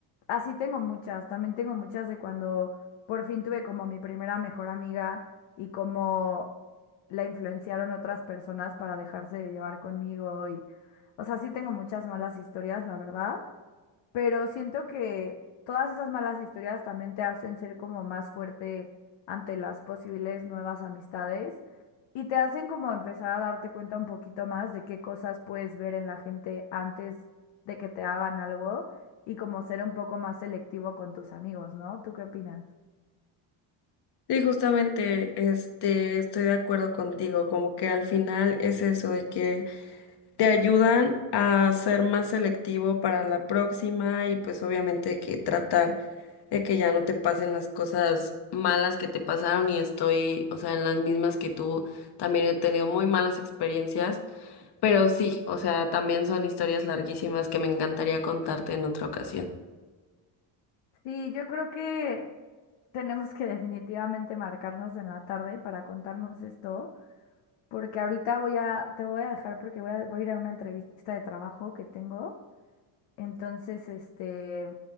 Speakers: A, on the left (about 80°); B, on the left (about 60°).
A: así tengo muchas, también tengo muchas de cuando por fin tuve como mi primera mejor amiga y como la influenciaron otras personas para dejarse de llevar conmigo y, o sea, sí tengo muchas malas historias, la verdad, pero siento que todas esas malas historias también te hacen ser como más fuerte ante las posibles nuevas amistades y te hacen como empezar a darte cuenta un poquito más de qué cosas puedes ver en la gente antes de que te hagan algo y como ser un poco más selectivo con tus amigos, ¿no? ¿Tú qué opinas?
B: Sí, justamente, este, estoy de acuerdo contigo, como que al final es eso de que te ayudan a ser más selectivo para la próxima y pues obviamente que tratar de que ya no te pasen las cosas malas que te pasaron y estoy, o sea, en las mismas que tú, también he tenido muy malas experiencias, pero sí, o sea, también son historias larguísimas que me encantaría contarte en otra ocasión.
A: Sí, yo creo que tenemos que definitivamente marcarnos en la tarde para contarnos esto, porque ahorita voy a, te voy a dejar porque voy a, voy a ir a una entrevista de trabajo que tengo. Entonces, este,